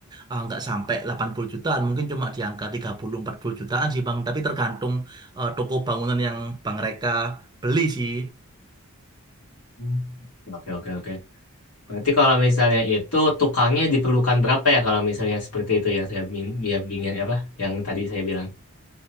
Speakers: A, on the right; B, on the left.
A: eh, nggak sampai 80 jutaan, mungkin cuma di angka 30-40 jutaan sih bang. Tapi tergantung eh, toko bangunan yang bang Reka beli sih.
B: Hmm. Oke, oke, oke. Berarti kalau misalnya itu tukangnya diperlukan berapa ya kalau misalnya seperti itu yang saya bin- biar bingung apa yang tadi saya bilang?